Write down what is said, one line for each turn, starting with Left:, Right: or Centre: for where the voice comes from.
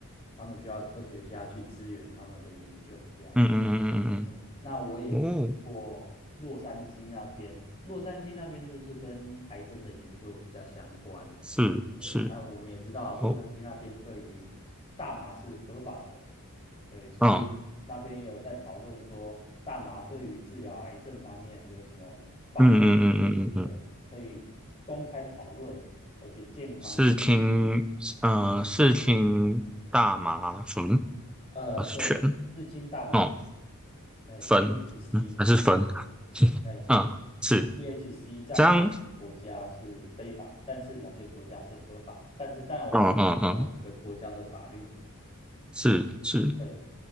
Left: 他们需要科学家去支援他们的研究，这样。
Centre: 嗯嗯嗯嗯
Left: 嗯，那我也去过洛杉矶那边，
Centre: 嗯嗯，哦，
Left: 洛杉矶那边就是跟癌症的研究比较相关。
Centre: 是是
Left: 对，啊，我们也知道洛杉矶那边对于
Centre: 哦，
Left: 大麻是合法的，对，所以那边有在讨论说大麻对于治疗癌症方面有什么帮助，
Centre: 嗯嗯嗯嗯嗯嗯嗯，
Left: 这是一个可以公开讨论而且健康的议。
Centre: 视听，嗯、呃，视听大麻醇
Left: 呃，
Centre: 还是醛？
Left: 对，至今大麻，
Centre: 哦，
Left: 哎，THC，
Centre: 酚，嗯，还是酚，
Left: 哎，
Centre: 嗯，是
Left: EHC 在某国家是非法，
Centre: 这样，
Left: 但是某些国家是合法，但是当然我们要尊重每个国家的法律。
Centre: 嗯嗯嗯，是是，
Left: 对，